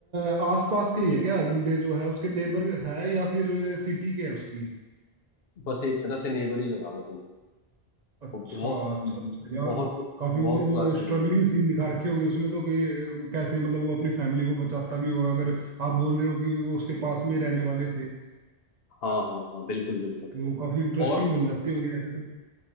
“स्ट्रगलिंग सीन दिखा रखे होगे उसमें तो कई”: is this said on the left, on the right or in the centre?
Right